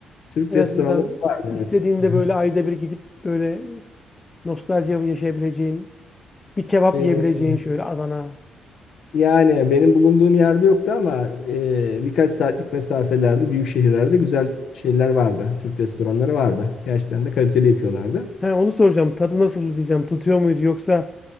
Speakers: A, on the left (about 65°); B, on the left (about 25°).
A: Türk
B: En
A: restoranları
B: azından
A: var mı?
B: istediğinde
A: Evet. Hı
B: böyle ayda bir gidip böyle nostalji yaşayabileceğin, bir kebap yiyebileceğin
A: hı.
B: şöyle Adana.
A: Yani benim bulunduğum yerde yoktu ama e, birkaç saatlik mesafelerde, büyük şehirlerde güzel şeyler vardı. Türk restoranları vardı. Gerçekten de kaliteli yapıyorlardı.
B: He, onu soracağım. Tadı nasıl diyeceğim. Tutuyor muydu yoksa